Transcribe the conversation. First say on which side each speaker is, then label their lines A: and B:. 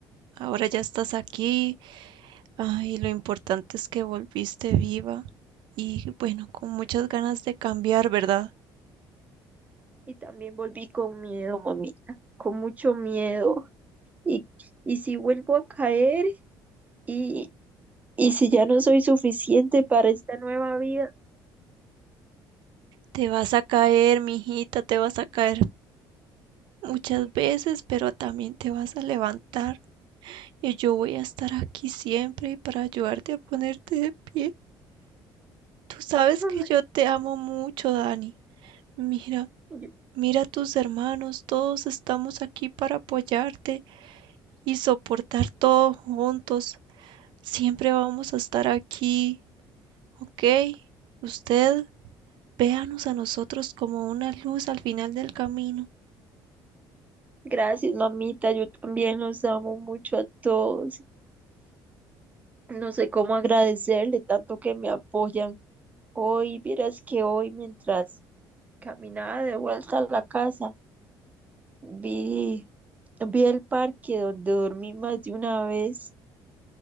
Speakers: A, on the right; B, on the right.
A: Ahora ya estás aquí, Ay, lo importante es que volviste viva y bueno, con muchas ganas de cambiar, ¿verdad?
B: Y también volví con miedo, mamita, con mucho miedo. Y, y si vuelvo a caer y, y si ya no soy suficiente para esta nueva vida.
A: Te vas a caer, mijita, te vas a caer muchas veces, pero también te vas a levantar y yo voy a estar aquí siempre para ayudarte a ponerte de pie. Tú sabes
B: Ay,
A: que yo te amo mucho, Dani. Mira,
B: yo-
A: mira a tus hermanos, todos estamos aquí para apoyarte y soportar todo juntos. Siempre vamos a estar aquí. Ok, usted véanos a nosotros como una luz al final del camino.
B: gracias, mamita, yo también los amo mucho a todos. No sé cómo agradecerle tanto que me apoyan. Hoy, vieras que hoy mientras caminaba de vuelta a la casa, vi, vi el parque donde dormí más de una vez,